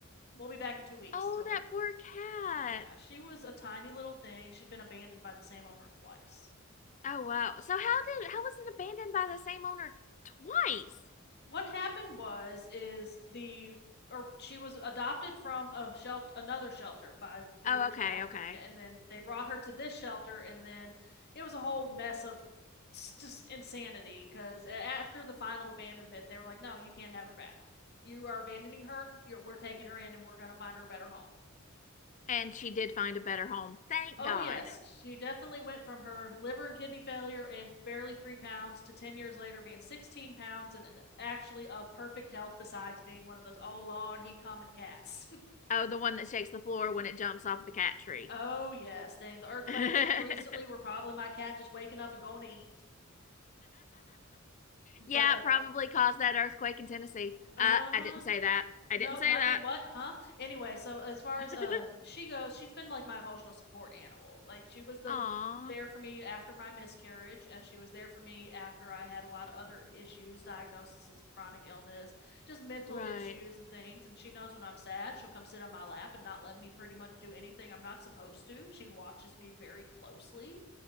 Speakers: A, on the left; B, on the left.
A: we'll be back in two weeks
B: Oh,
A: so
B: that
A: we
B: poor cat.
A: yeah, she was a tiny little thing. She'd been abandoned by the same owner twice.
B: Oh wow. So how did how was it abandoned by the same owner twice?
A: What happened was is the or she was adopted from a shelter another shelter by the
B: Oh,
A: original
B: okay,
A: owner.
B: okay.
A: Yeah, and then they brought her to this shelter and then it was a whole mess of just insanity because after the final abandonment they were like, "No, you can't have her back. You are abandoning her. You're, we're taking her in and we're going to find her a better home."
B: And she did find a better home. Thank
A: Oh,
B: God.
A: yes. She definitely went from her liver and kidney failure and barely three pounds to 10 years later being 16 pounds and, and actually of perfect health, besides being one of those, oh, Lord, he coming cats.
B: Oh, the one that shakes the floor when it jumps off the cat
A: <laughs>
B: tree.
A: oh, yes. Dang, the earthquakes
B: <laughs>
A: recently were probably my cat just waking up and going to eat.
B: yeah,
A: But,
B: it probably caused that earthquake in Tennessee.
A: uh
B: Uh, I
A: huh.
B: didn't say that. I
A: no,
B: didn't say
A: nothing.
B: that.
A: What? Huh? Anyway, so as far
B: <laughs>
A: as uh she goes, she's been like my emotional support animal. Like she was the
B: Aw,
A: there for me after my miscarriage, as she was there for me after I had a lot of other issues, diagnoses of chronic illness, just mental
B: right.
A: issues and things. And she knows when I'm sad, she'll come sit on my lap and not let me pretty much do anything I'm not supposed to. She watches me very closely.